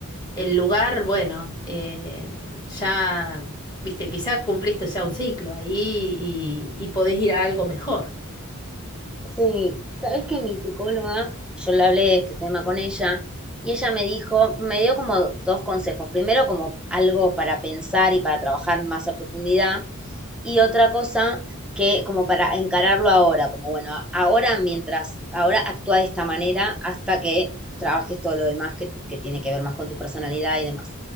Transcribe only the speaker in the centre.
Sí, sabes que mi psicóloga, yo le hablé de este tema con ella y ella me dijo, me dio como dos consejos. Primero, como algo para pensar y para trabajar más a profundidad. Y otra cosa que como para encararlo ahora, como bueno, a- ahora mientras, ahora actúa de esta manera hasta que trabajes todo lo demás que, que tiene que ver más con tu personalidad y demás.